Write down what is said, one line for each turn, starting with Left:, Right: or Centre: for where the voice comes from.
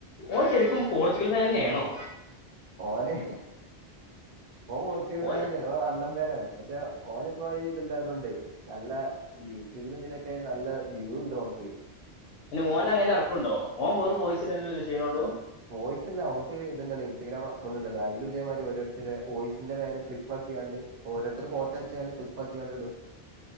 Left: ഓ ശരിക്കും പോർച്ചുഗൽ ഫേൻ തന്നെയാണോ.
Right: ഓന്ന്‌ ഓ പോർച്ചുഗൽ ഫേനെന്നെ
Left: ഓന്
Right: ഓൻ അണ്ണൻ ഫേനാണ്. പക്ഷെ ഓനിപ്പോ ഇത്ണ്ടായതോണ്ടേയ് നല്ല. യൂട്യൂബിൽ ഇതിലൊക്കെ നല്ല വ്യൂ ഉണ്ടോ നിനക്ക്
Left: ഇനി ഓന അങ്ങനെ ഇറക്കുണ്ടോ ഓൻ വറും വോയിസ്ല്ലേ ചെയ്യണോണ്ടോ <unintelligible>
Right: വോയിസല്ല ഓൻക്ക് ഇത്ണ്ടല്ല ഇസ്റ്റഗ്രാം അക്കൗണ്ട്ണ്ടല്ലോ അയിലും ഇതേമാതിരി ഓരുരുത്തരെ വോയിസിന്റെ മേലെ ക്ലിപ്പാക്കിയാണ്ട് ഓരോരുത്തരെ ഫോട്ടോവെച്ചകണ്ട് ക്ലി പ്പാക്കിഅങ്ങടിടും